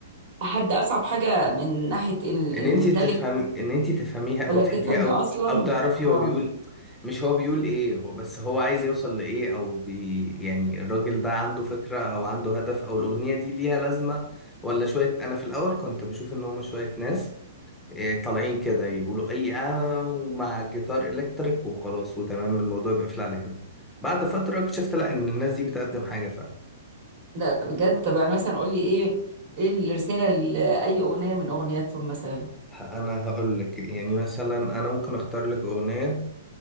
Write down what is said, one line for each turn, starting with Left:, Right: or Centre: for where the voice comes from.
Right: حد اصعب حاجه من ناحيه ال-
Centre: ان
Right: الميتاليك
Centre: انت تفهم ان انت تفهميها او
Right: ولا
Centre: تحبيها
Right: تفهم
Centre: او
Right: اصلا
Centre: او تعرفي
Right: اه
Centre: هو بيقول مش هو بيقول ايه هو بس هو عايز يوصل لايه او بي يعني الراجل ده عنده فكرة او عنده هدف او الاغنية دي ليها لازمة ولا شوية انا في الاول كنت بشوف ان هما شوية ناس إيه، طالعين كده يقولوا اي انا ومع الجيتار الكتريك وخلاص وتمام الموضوع بيقفل على كده بعد فترة اكتشفت لا ان الناس دي بتقدم حاجة فعلا
Right: لا بجد طب يعني مثلا قول لي ايه ايه الرساله لاي اغنيه من اغنياتهم مثلا
Centre: ه- انا هقول لك يعني مثلا انا ممكن اختار لك اغنية